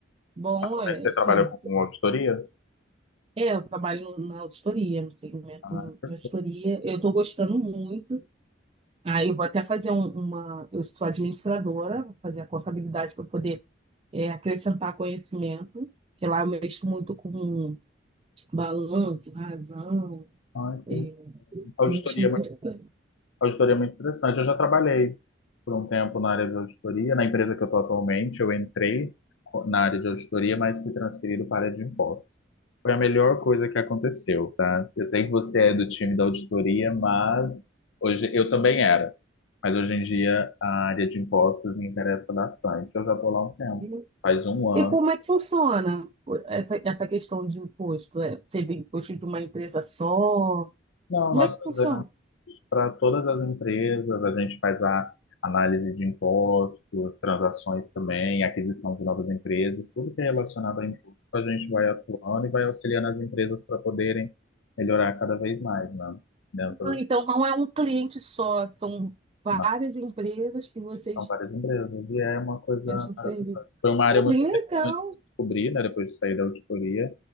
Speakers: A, on the right; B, on the left.
A: Bom,
B: Atualmente
A: é,
B: você trabalha
A: sim.
B: com auditoria?
A: É, eu trabalho na auditoria, no segmento
B: Ah, per-
A: de auditoria. Eu estou gostando muito. Aí eu vou até fazer um- uma. Eu sou administradora, vou fazer a contabilidade para poder é, acrescentar conhecimento, que lá eu mexo muito com balanço, razão,
B: ah,
A: é,
B: que- auditoria
A: mexo muito com
B: Auditoria é muito interessante. Eu já trabalhei por um tempo na área de auditoria. Na empresa que eu estou atualmente, eu entrei co- na área de auditoria, mas fui transferido para a área de impostos. Foi a melhor coisa que aconteceu, tá? Eu sei que você é do time da auditoria, mas hoje eu também era. Mas hoje em dia a área de impostos me interessa bastante. Eu já estou lá um tempo,
A: isso.
B: faz um ano.
A: E como é que funciona essa, essa questão de imposto? É, seria imposto de uma empresa só?
B: Não,
A: Como
B: nós
A: é que
B: fazemos
A: funciona?
B: para todas as empresas, a gente faz a análise de impostos, transações também, aquisição de novas empresas, tudo que é relacionado a imposto, a gente vai atuando e vai auxiliando as empresas para poderem melhorar cada vez mais, né? Dentro
A: Ah,
B: das
A: então não é um cliente só, são várias
B: na-
A: empresas que vocês
B: são várias empresas, e é uma coisa
A: prestam
B: maravilhosa.
A: serviço.
B: Foi uma área
A: Pô,
B: muito
A: bem
B: interessante
A: legal.
B: que eu descobri, né, depois de sair da auditoria,